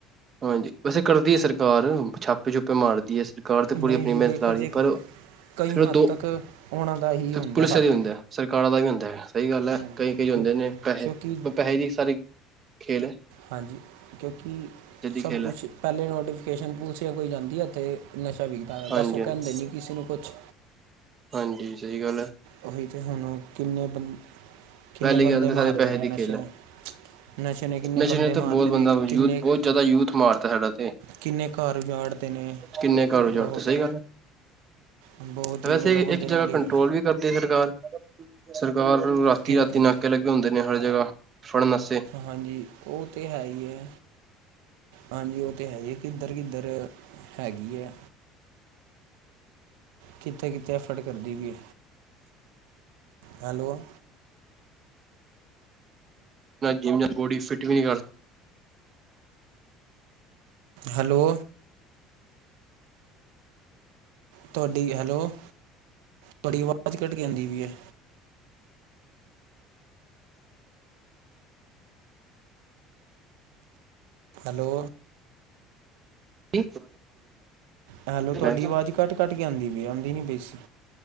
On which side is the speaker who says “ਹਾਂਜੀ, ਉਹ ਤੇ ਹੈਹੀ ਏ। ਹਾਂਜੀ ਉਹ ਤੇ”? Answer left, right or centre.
Right